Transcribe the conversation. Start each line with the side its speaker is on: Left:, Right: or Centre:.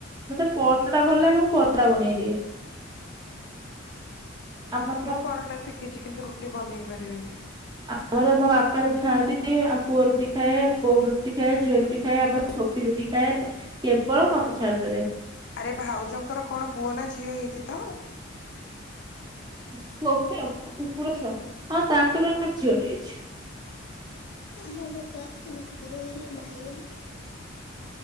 Right: ମତେ ପରଟା ଟା ଭଲ ଲାଗେ ମୁଁ ପରଟା ବନେଇ ଦିଏ ଆମର
Left: ମୁଁ ପରଟା ଶିଖିଛି କିନ୍ତୁ ରୁଟି ବନେଇ ପାରିବିନି।
Right: ଆମର ବାପା ରୁଟି ଖାଆନ୍ତି ଆମ ପୁଅ ରୁଟି ଖାଏ ବୋଉ ରୁଟି ଖାଏ ଝିଅ ରୁଟି ଖାଏ ଆମ ସୋଫି ରୁଟି ଖାଏ କେବଳ ମତେ ଛାଡିଦେଲେ।
Left: ଆରେ ଭାଉଜଙ୍କର କଣ ପୁଅ ନା ଝିଅ ହେଇଚି ତ?
Right: ସୋଫିଅମ ତୋ କୁକୁର ଛୁଆ ହଁ ତାଙ୍କର ଗୋଟେ ଝିଅଟେ ହେଇଚି।
Left: ଅନୁଭବ ଯେମିତି ଭୋଇଲ ମାଇଲ <inaudible>